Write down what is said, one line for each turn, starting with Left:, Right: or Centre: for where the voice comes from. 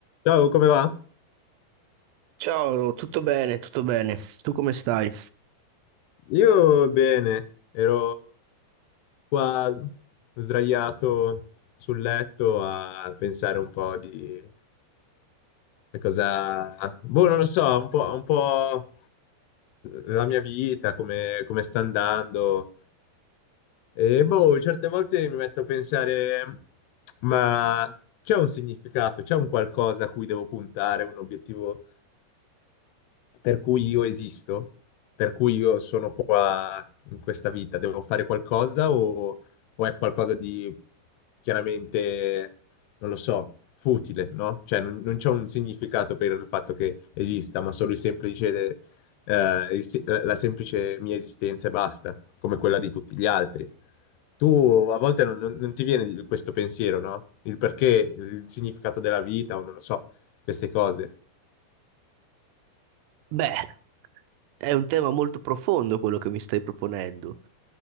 Left: Ciao, come va?
Right: Ciao, tutto bene, tutto bene. Tu come stai?
Left: Io bene, ero qua sdraiato sul letto a pensare un po' di di cosa... Boh, non lo so, un po', un po' la mia vita, come, come sta andando. E boh, certe volte mi metto a pensare, ma c'è un significato, c'è un qualcosa a cui devo puntare, un obiettivo per cui io esisto, per cui io sono qua in questa vita, devo fare qualcosa o, o è qualcosa di chiaramente, non lo so, futile, no? Cioè non, non c'è un significato per il fatto che esista, ma solo il semplice, eh, il se- la semplice mia esistenza e basta, come quella di tutti gli altri. Tu a volte non, non- non ti viene di- questo pensiero, no? Il perché, il significato della vita o non lo so, queste cose.
Right: Beh, è un tema molto profondo quello che mi stai proponendo.